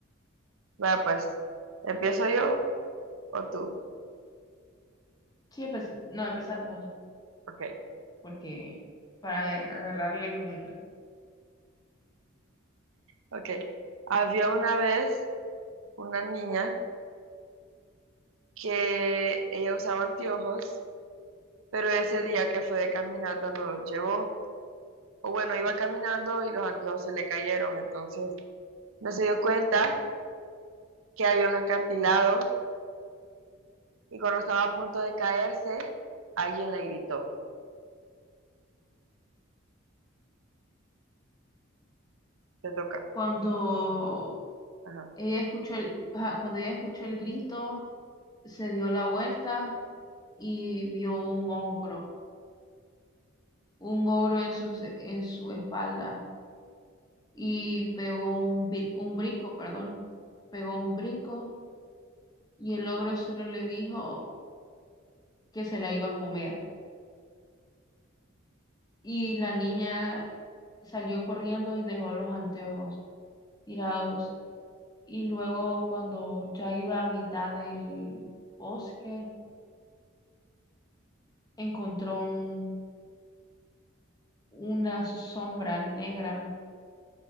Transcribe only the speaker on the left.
Sí, empe- no, empezá vos,
porque para agarrarle como...
Cuando
ella escuchó el, ajá, cuando ella escuchó el grito, se dio la vuelta y vio un ogro. un ogro en su, en su espalda y pegó un, bri- un brinco, perdón, pegó un brinco y el ogro solo le dijo que se la iba a comer. Y la niña salió corriendo y dejó los anteojos tirados. Y luego cuando ya iba a mitad del bosque, encontró un, una sombra negra,